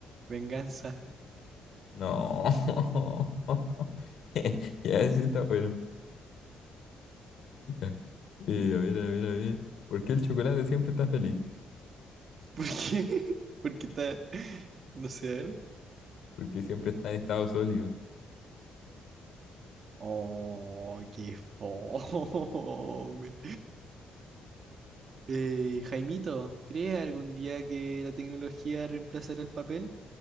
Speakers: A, on the right; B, on the left.
A: Venganza.
B: No. <laughs> Ya ese está bueno. Ya. Eh, a ver, a ver, a ver. ¿Por qué el chocolate siempre está feliz?
A: ¿Por qué? <laughs> Porque está. No sé, a ver.
B: Porque siempre está en estado sólido.
A: Oh, qué fome. Eh, Jaimito, ¿crees algún día que la tecnología reemplazará el papel?